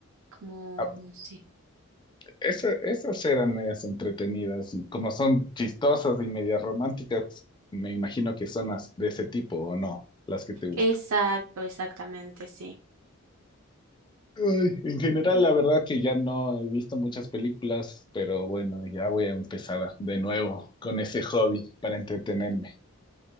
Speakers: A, on the right; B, on the left.
A: como,
B: a-
A: no sé.
B: esa- esas eran medias entretenidas y como son chistosas y medias románticas, me imagino que son las de ese tipo o no, las que te gustan.
A: Exacto, exactamente, sí.
B: Ay, en general, la verdad que ya no he visto muchas películas, pero bueno, ya voy a empezar a- de nuevo con ese hobby para entretenerme.